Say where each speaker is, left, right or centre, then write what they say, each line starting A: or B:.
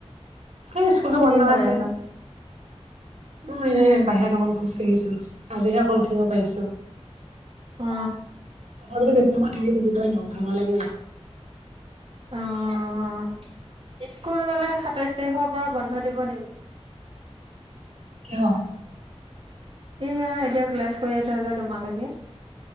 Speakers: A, on the right; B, on the right.
A: সেই স্কুলো
B: কি
A: বন্ধ
B: কৰি
A: আছে।
B: আছা
A: মই এনে বাহিৰত অকন খোজ কঢ়িছো। আজিহে অকল উঠিব পাৰিছো,
B: অ
A: তাৰ পৰা বেছি সময় থাকি থাকি হয় ন ভাগৰ লাগি যায়।
B: অঁ স্কুল হলে সাতাইশ তাৰিখৰ পৰা বন্ধ দিব নেকি?
A: কিহ
B: এয়া এতিয়া ক্লাছ কৰি আছা যে তোমালোকে।